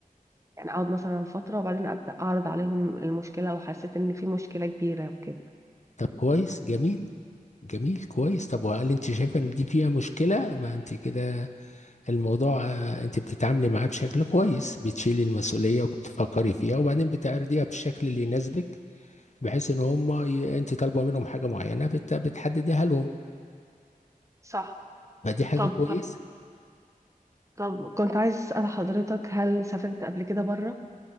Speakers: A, on the right; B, on the left.
A: يعني اقعد مثلا فترة وبعدين ابدا اعرض عليهم المشكلة وحسيت ان في مشكلة كبيرة وكده
B: طب كويس جميل جميل كويس طب وهل انت شايفة ان دي فيها مشكلة ما انت كده الموضوع آه، انت بتتعاملي معاه بشكل كويس بتشيلي المسؤولية وبتفكري فيها وبعدين بتعرضيها بالشكل اللي يناسبك بحيث ان هم ي... انت طالبه منهم حاجه معينه بت... بتحددها لهم
A: صح
B: فدي حاجه
A: طب
B: كويسه
A: طب كنت عايز اسال حضرتك هل سافرت قبل كده بره